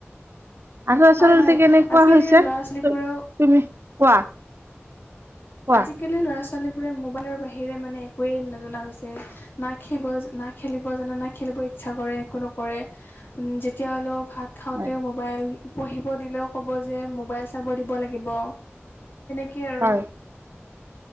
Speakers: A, on the right; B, on the left.
A: আৰু আচলতে
B: হয় হয়
A: কেনেকুৱা
B: আজিকালিৰ
A: হৈছে,
B: ল'ৰা ছোৱালীবোৰেও
A: তুমি-তুমি কোৱা কোৱা
B: আজিকালি ল'ৰা-ছোৱালীবোৰে মোবাইলৰ বাহিৰে মানে একোৱেই নজনা হৈছে। না খেলিব না খেলিব জানে, না খেলিব ইচ্ছা কৰে। একো নকৰে যেতিয়া হ'লেও ভাত খাওঁতে
A: হয়
B: মোবাইল, পঢ়িব দিলেও ক'ব যে মোবাইল চাব দিব লাগিব। <unintelligible>
A: হয়।